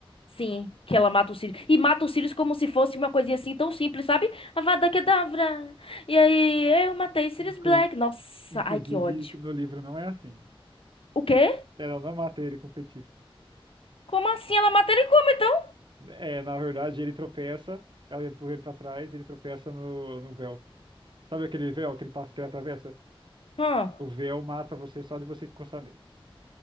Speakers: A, on the left; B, on the right.
A: Sim, que ela mata o Sirius. E mata o Sirius como se fosse uma coisinha assim tão simples, sabe? Avada Kedavra. E aí, eu matei Sirius
B: Inclu-
A: Black. Nossa,
B: inclusive,
A: ai que ódio.
B: isso no livro não é assim.
A: O quê?
B: Ela não mata ele com feitiço.
A: Como assim? Ela mata ele como então?
B: É, na verdade, ele tropeça, ela empurra ele pra trás, ele tropeça no, no véu. Sabe aquele véu, aquele passo que ele atravessa?
A: Hã?
B: O véu mata você só de você encostar nele.